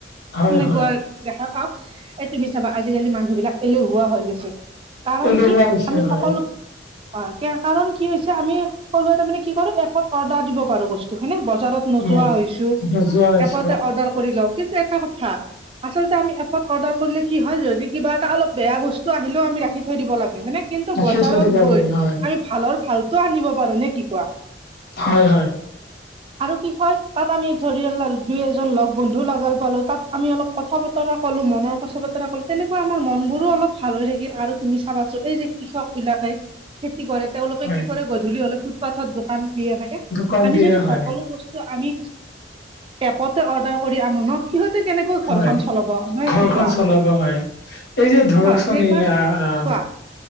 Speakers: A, on the left; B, on the right.
A: হয়
B: সেনেকোৱা
A: হয়
B: দেখা পাওঁ। এ তুমি চাবা আজিকালি মানুহ বিলাক এলেহুৱা হৈ গৈছে। কাৰণ
A: এলেহুৱা
B: কি,
A: হৈছে
B: আমি
A: হয়
B: সকলো- হয়। কাৰণ কি হৈছে আমি সকলোৱে তাৰ মানে কি কৰো এপত অৰ্ডাৰ দিব পাৰো বস্তু হয়নে? বজাৰত- নোযোৱা
A: হয়।
B: হৈছোঁ,
A: নোযোৱা হৈছে
B: এপটে অৰ্ডাৰ কৰি লওঁ কিন্তু এটা কথা আচলতে আমি এপ- অৰ্ডাৰ কৰিলে কি হয় যদি কিবা এটা অলপ বেয়া বস্তু আহিলও আমি ৰাখি থৈ দিব লাগে হয়নে? কিন্তু
A: ৰাখি
B: বজাৰত
A: থৈ দিব লাগে
B: গৈ
A: হয়
B: আমি ভালৰ ভালতটো আনিব পাৰো নে কি কোৱা?
A: হয়, হয়।
B: আৰু কি কয় তাত আমি ধৰিল দুই - এজন লগ বন্ধু লগাল পালো তাত আমি অলপ কথা বতৰা- কলো মনৰ কথা বতৰা কলো। তেনেকুৱা আমাৰ মন বোৰো অলপ ভাল হৈ থাকিল আৰু তুমি চাবাচো এই যে কৃষক বিলাকে- খেতি কৰে, তেওঁলোকে
A: হয়
B: কি কৰে গধূলি হলে ফুটপাথত দোকান দিয়ে হয়নে?
A: দোকান
B: আমি
A: দিয়ে
B: যদি
A: হয়
B: সকলো বস্তু- আমি এপতে অৰ্ডাৰ কৰি আনো ন, সিহঁতে কেনেকৈ
A: হয়
B: ঘৰখন চলাব। নহয়
A: ঘৰখন
B: কি কোৱা
A: চলাব হয়। এই যে ধৰকচোন
B: হয় সেইকাৰ
A: এইয়া-
B: কোৱা